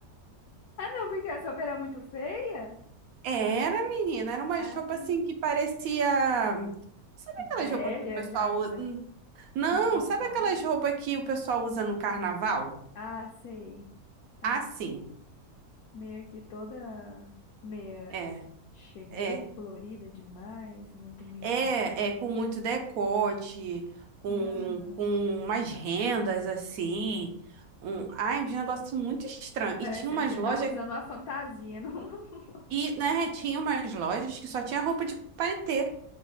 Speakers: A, on the left (about 80°); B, on the right (about 70°).
A: Ah, não, porque essa opera é muito feia?
B: <laughs> Era, menina, era uma
A: Ah,
B: roupa
A: não.
B: assim que parecia. Sabe
A: Velha,
B: aquelas roupas que o pessoal
A: já usa
B: usa? Hum, Não,
A: esbotada.
B: sabe aquelas roupas que o pessoal usa no carnaval?
A: Ah, sei. Ah,
B: Assim,
A: meio que toda meia.
B: é,
A: Cheguei
B: é,
A: colorida demais, muito mimimi.
B: é, é com muito decote, com,
A: Ah, não.
B: com umas rendas assim. Um... Ai, um negócio muito estranho.
A: Parecendo
B: E tinha umas
A: que você
B: lojas
A: tava usando uma fantasia, não? <laughs>
B: E, né, tinha umas lojas que só tinha roupa de paetê.